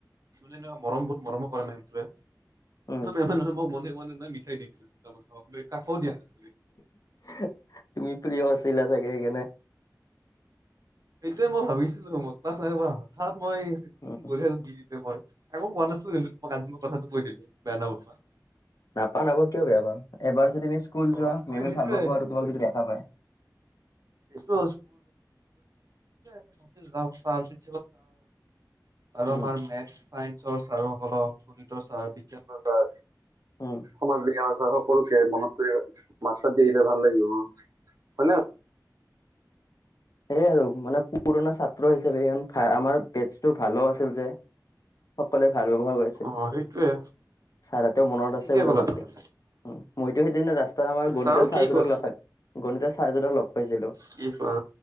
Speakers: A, on the right; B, on the left.
A: ত নহ মৰম বোত মৰমো কৰে মেনটোৱে
B: উম
A: <inaudible> মনে - মনে নাই মিঠাই দি দিছিলোমাৰ লৈ কাষও দিয়া নাছিল।
B: তুমি প্ৰিয় আছিলা চাগে সেইকাৰনে
A: স মই ভাবিছিলো মা হঠাৎ মই গ
B: উম
A: মই <unintelligible> আকৌ কোৱা নাছিলো কিন্তু তোমাক আজি মই কথাটো কৈয়দিলো বেয়া নাপাবা।
B: নাপা আকৌ কিয় বেয়া পাম এবাৰ যদি তুমি স্কুল
A: অ
B: যোৱা
A: হয়
B: মিমি
A: সেইটোৱে
B: ভাল পাবা আৰু তোমাক যদি দেখা পায়।
A: চ পি চ <unintelligible> আৰু
B: উম
A: আমাৰ মেথ চাইন্সৰ ছাৰ সকলক শুনি বিজ্ঞানৰ
B: উম
A: সমাজ বিজ্ঞানৰৰ হও। সৰুকে মনত কৰি মাত চাত দিলে ভাল লাগিব অ, হয় ন।
B: সেইয় আৰু মানে পুৰণা ছাত্ৰ হিচাপে ই আমাৰ বেছটো ভালো আছিল যে। সকলোৱে ভাল ব্যৱহাৰ কৰিছিল
A: অ সেইটোয়ে
B: ছাৰাতেও মনত
A: ঠিকে
B: আছে বোৰা
A: ক'লা
B: ভালকে।
A: তুমি
B: মইতো সেইদিনা ৰাস্তাত আমাৰ গণিত
A: চাও
B: চাহজনক
A: কি ক
B: লগখাত গণিত চাৰজক লগ পাইছিলো
A: কি কোৱা